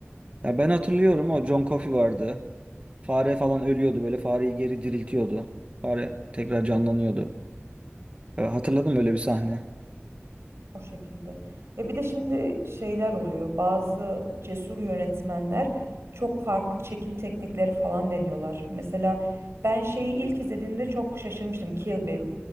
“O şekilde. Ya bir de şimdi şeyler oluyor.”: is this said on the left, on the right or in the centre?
Right